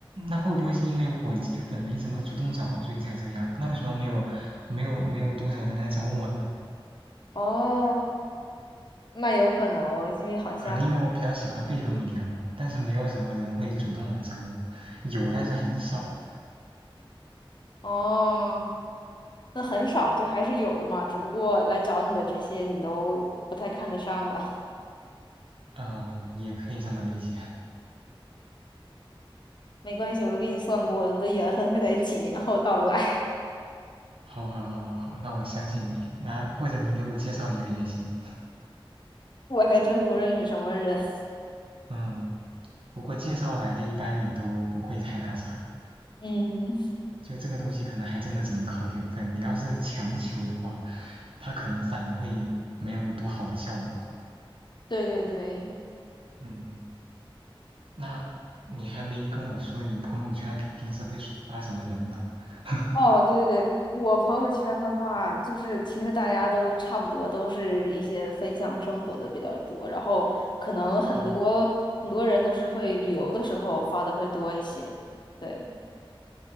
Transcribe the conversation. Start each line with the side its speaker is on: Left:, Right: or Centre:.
Right: 那会不会是因为我基本没怎么主动找，所以才这样？那为什么没有没有没有多少人来找我呢？
Left: <laughs> 哦，那有可能哦，因为好像
Right: 可能因为我比较喜欢被动一点吧，但是没有什么人会主动来找我，有但是很少，
Left: 哦，那很少就还是有的嘛，只不过来找你的这些你都不太看得上了。
Right: 嗯、呃也可以这么理解。
Left: <laughs> 没关系，我都给你算过了，你的缘分会在几年后到来。
Right: 好好好好好，那我相信你，那或者你给我介绍一个也行，
Left: 我还真不认识什么人。<laughs>
Right: 嗯，不过介绍来的一般也都不会太那啥，
Left: 嗯，
Right: 就这个东西可能还真的只能靠缘分，你要是强求的话，它可能反而会没有多好的效果。
Left: 对对对，
Right: 嗯，那你还没跟我说你朋友圈平时会刷什么人呢？<laughs>
Left: 哦，对对对，我朋友圈的话，就是其实大家都差不多，都是一些分享生活的比较多，然后可能很多很多人都是会旅游的时候发的会多一些。
Right: 嗯。
Left: 对，